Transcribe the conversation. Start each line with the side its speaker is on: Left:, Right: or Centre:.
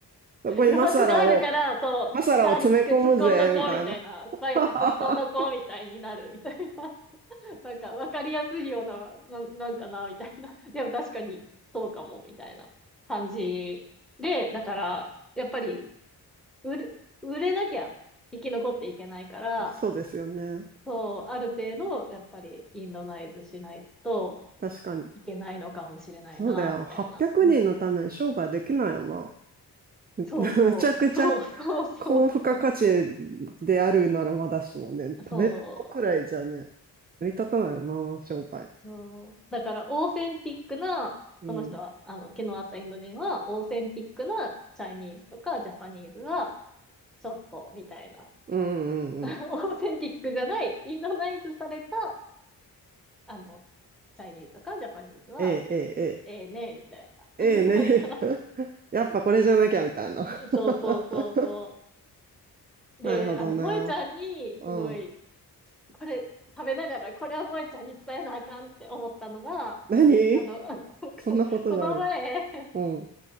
Right: そこにマサラを、
Centre: 余白があるから、そう、
Right: マサラを詰め込むぜ、
Centre: ガーリック突っ込んどこうみたいな、
Right: みたいな。<laughs>
Centre: スパイス突っ込んどこうみたいになるみたいな。なんか分かりやすいような、な、なんかな、みたいな。<laughs> でも確かにそうかも、みたいな感じで、だから、やっぱり売れ、売れなきゃ生き残っていけないから、
Right: そうですよね。
Centre: そう、ある程度、やっぱりインドナイズしないと
Right: 確かに。
Centre: いけないのかもしれないな、
Right: そうだよ。
Centre: みたいな。
Right: 800人のために商売できないよ
Centre: うん、
Right: な。
Centre: そうそう、
Right: <laughs> むちゃくちゃ
Centre: そうそうそうそう。
Right: 高付加価値であるならまだしもね、
Centre: そ
Right: 食べるくらいじゃね、成り立たないよな、商売。
Centre: う、そう。だから、オーセンティックな、
Right: うん。
Centre: あの、毛のあったインド人は、オーセンティックなチャイニーズとかジャパニーズは、ちょっと、みたいな。
Right: うんうんうん。
Centre: <laughs> オーセンティックじゃない、インドナイズされた、あの、チャイニーズとかジャパニーズは、
Right: ええええ
Centre: ええねえみたいな感じだった。
Right: ええ。ええね。<laughs> やっぱこれじゃなきゃみたいな。<laughs>
Centre: <laughs> そうそうそうそう。
Right: なるほどな。
Centre: で、あの、萌えちゃんに、
Right: うん。
Centre: すごい、これ、食べながら、これは萌えちゃんに伝えなあかんって思ったのが、
Right: 何
Centre: あの、<laughs>
Right: そんなことがある。
Centre: この前、
Right: うん。